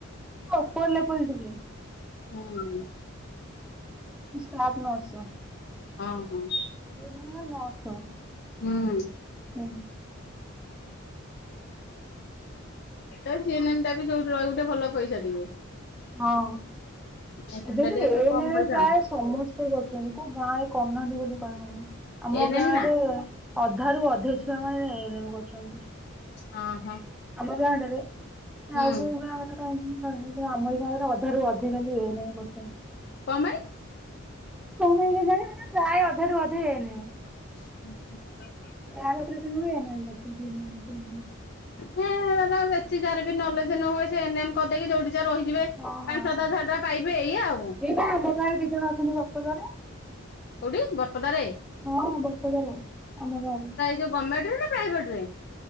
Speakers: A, in the centre; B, on the left (about 50°).
A: ଓପର୍ ଲେବୁଲ୍ ଟିକେ।
B: ହଁ।
A: Staff nurse.
B: ହଁ ହଁ।
A: ଏ ଏନ୍ ଏମ୍ ମାନେ ନର୍ସ।
B: ହୁଁ।
A: ହୁଁ।
B: ଏଇ ଜି ଏନ୍ ଏମ୍ ଟା ବି ଯୋଉଠି ରହିବୁ ଟିକେ ଭଲ ପଇସା ଟିକେ।
A: ହଁ
B: ଏନେମ୍
A: ଏବେ
B: ଟା
A: ବି
B: ଟିକେ
A: ଏଇନେ
B: କମ ପଇସା
A: ପ୍ରାୟ
B: ଆଉ
A: ସମସ୍ତେ କରୁଚନ୍ତି କୋଉ ଗାଁ ରେ କରୁନାହାନ୍ତି ବୋଲି କହିବୁନି ଆମ
B: ଏନେମ୍
A: ଗାଁ
B: ନା
A: ରେ। ଅଧା ରୁ ଅଧେ ଛୁଆ ମାନେ ଏ ଏନ୍ ଏମ୍ କରୁଚନ୍ତି।
B: ହଁ ହଁ।
A: ଆମ ଗାଁର ଆଡରେ
B: ହୁଁ
A: ଆଉ କୋଉ ଗାଁ କଥା କଁ କ ଆମର ଗାଁ ଗୁଡ଼ା ଅଧାରୁ ଅଧେ ଖାଲି ଏ ଏନ୍ ଏମ୍ କରୁଚନ୍ତି।
B: କଣ ପାଇଁ?
A: କଣ ପାଇଁ କେଜାଣେ ପ୍ରାଏ ଅଧାରୁ ଅଧେ ଏ ଏନ୍ ଏମ୍।
B: ହଁ ହଁ।
A: ଯା କତିରୁ ଶୁଣିବୁ ଏ ଏନ୍ ଏମ୍ କରିଚି G N M, G N M.
B: ହେ ବେଶୀ ଯାହାର ବି ନଲେଜ ନୁହଁ ସେ ଏନମ କରିଦେଇକି ଯୋଉି ଜା ରହି ବେ
A: କରୁଛି। ହଁ ହଁ।
B: ପାଞ୍ଚ ସାତ ହଜାର ଟଙ୍କା ପାଇବେ ଏଇଆ ଆଉ।
A: ଏଇ ଆମ ଗାଁରେ ଦି ଜଣ ଅଛନ୍ତି ବରପଦରେ।
B: କୋଉଠି ବରପଦାରେ
A: ହଁ ବରପଦରେ ଆମ ଗାଁରେ।
B: ଯଉ ଗମେଣ୍ଟରେ ନା ପ୍ରାଇଭେଟ ରେ?